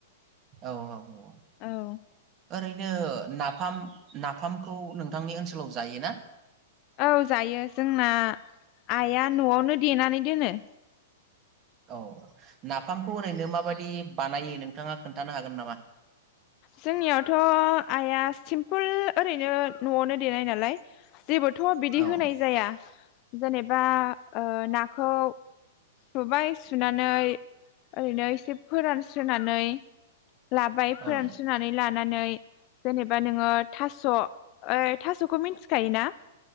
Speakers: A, on the right (about 30°); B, on the left (about 40°).
A: औ औ <unintelligible>
B: औ
A: ओरैनो नाफाम-नाफामखौ नोंथांनि ओनसोलाव जायो ना?
B: औ जायो जोंना आइया नआवनो देनानै दोनो।
A: औ नाफामखौ ओरैनो माबाददि बानायो नोंथाङा खोन्थानो हागोन नामा?
B: जोंनियावथ आइआ सिम्पोल ओरैनो नआवनो देनाय नालाय जेबोथ बिदि
A: औ
B: होनाय जाया। जेनेबा ओ नाखौ सुबाय सुनानै ओरैनो एसे फोरान थोनानै लाबाय फोरानसुनानै
A: औ
B: लानानै जेनेबा नोङो थास ऐ थासखौ मिन्थिखायो ना?